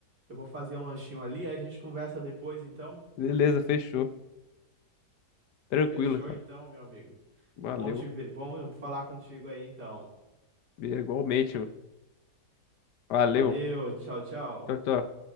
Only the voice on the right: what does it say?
eu vou fazer um lanchinho ali, aí a gente conversa depois, então.
Fechou
então, meu amigo.
Bom te ver, bom falar contigo aí, então.
Valeu, tchau, tchau.